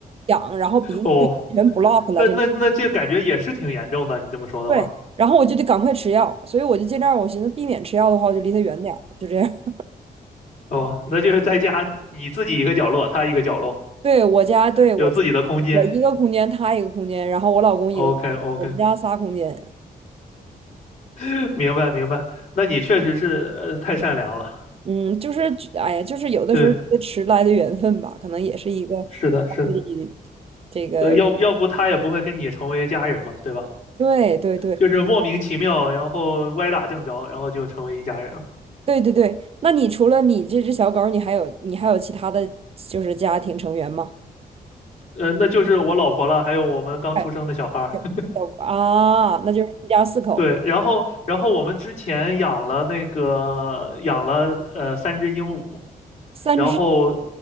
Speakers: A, on the right; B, on the left.
A: 痒，然后鼻子就全
B: 哦，
A: block 了，
B: 那那那这感觉也是挺严重的，
A: 就。
B: 你这么说的话，
A: 对，然后我就得赶快吃药，所以我就尽量，我寻思避免吃药的话，我就离他远点儿，就这样。
B: 哦，那就是在家你自己一个角落，他一个角落，
A: <laughs> 对，我家，对，我自我一个空间，
B: 有自己的空间。
A: 他一个空间，然后我老公一个空间，
B: OK OK，
A: 我们家仨空间。
B: <laughs> 明白明白，那你确实是呃太善良了，
A: 嗯，就是，哎呀，就是有的时候觉得迟来的缘分吧，
B: 对，
A: 可能也是一个家里
B: 是的是的。
A: 这个，
B: 所以要要不他也不会跟你成为家人嘛，对吧？
A: 对对对
B: 就是莫名其妙，然后歪打正着，然后就成为一家人了。
A: 对对对。那你除了你这只小狗儿你还有你还有其他的就是家庭成员吗？
B: 呃，那就是我老婆了，还有我们刚出生的小孩儿。
A: 哎，
B: <laughs>
A: 小啊，那就是一家四口，
B: 对，然后然后我们之前养了那个养了呃三只鹦鹉，
A: 三只
B: 然后